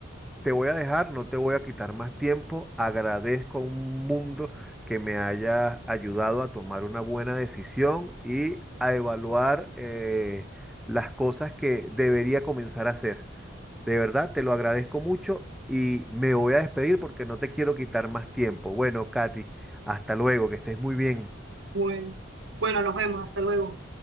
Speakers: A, in the centre; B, on the right (about 75°).
A: Te voy a dejar, no te voy a quitar más tiempo. Agradezco un mundo que me hayas ayudado a tomar una buena decisión y a evaluar eh, las cosas que debería comenzar a hacer. De verdad, te lo agradezco mucho y me voy a despedir porque no te quiero quitar más tiempo. Bueno, Katy, hasta luego, que estés muy bien.
B: Bueno, bueno, nos vemos. Hasta luego.